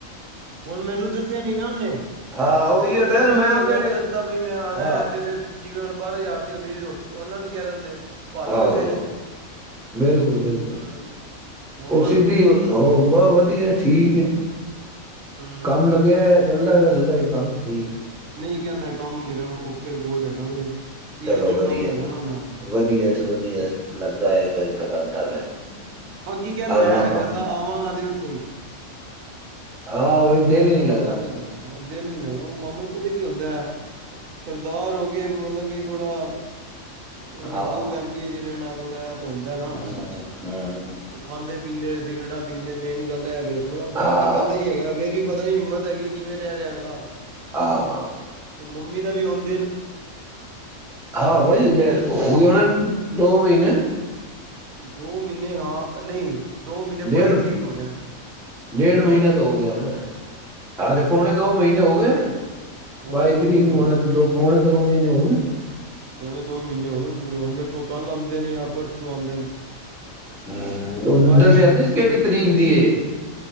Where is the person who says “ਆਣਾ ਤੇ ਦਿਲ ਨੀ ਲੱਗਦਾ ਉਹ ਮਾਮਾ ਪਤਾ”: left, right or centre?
Right